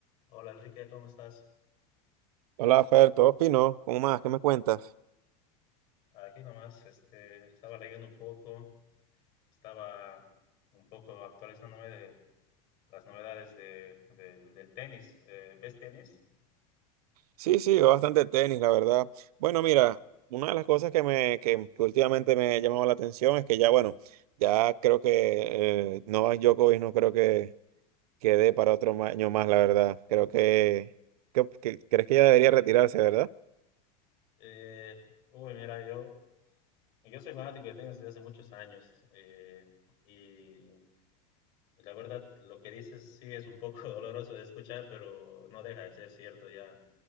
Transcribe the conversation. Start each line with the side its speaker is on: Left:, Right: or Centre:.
Left: Hola Enrique, ¿cómo estás?
Right: Hola, Fer, ¿todo fino? ¿Cómo más? ¿Qué me cuentas?
Left: Aquí nomás, este, estaba leyendo un poco, estaba un poco actualizándome de las novedades de- del del tenis. Eh, ¿ves tenis?
Right: Sí, sí, veo bastante tenis, la verdad. Bueno, mira, una de las cosas que me, que, que últimamente me ha llamado la atención es que ya, bueno, ya creo que eh, Novak Djokovic no creo que quede para otro ma- año más, la verdad. Creo que, que, que- crees que ya debería retirarse, ¿verdad?
Left: Eh, uy, mira, yo, yo soy fanático de tenis desde hace muchos años eh, y la verdad lo que dices sí es un poco <laughs> doloroso de escuchar, pero no deja de ser cierto, ya,